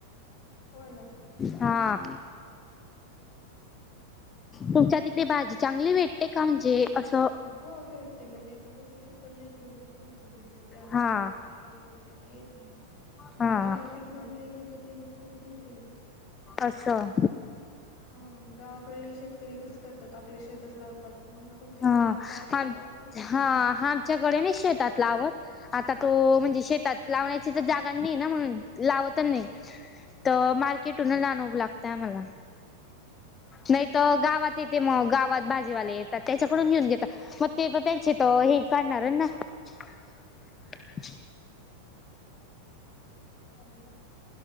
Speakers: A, on the left; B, on the left.
A: हो ना
B: हा तुमच्या तिकडे भाजी चांगली भेटते का म्हणजे असं
A: हो भेटते म्हणजे इथं कसं शेतातलीच घरगुती भाजी भेटते ते त्यामुळे
B: हा
A: तेवढं काही म्हणजे हे येत नाही
B: हा
A: आणि जे मार्केट राते ते मग थो केमिकल
B: असं
A: हा गावाकडले शेतकरी कस करते त्यात आपल्या शेतात लावतात मग ते
B: ह
A: गावातल्या गावात विकून टाकतात.
B: हा आमच्याकडे नाही शेतात लावत आता तो म्हणजे शेतात लावण्याची तर जागा नाही ना म्हणून लावत नाही तर मार्केटून आ नव लागतय आम्हाला
A: अच्छा
B: नाही
A: अच्छा.
B: तर गावात येते मग गावात भाजीवाले येतात त्याच्याकडून घेऊन घेतात मग ते तर त्यांचे तर हे काढणार ना ह
A: काय म्हणलं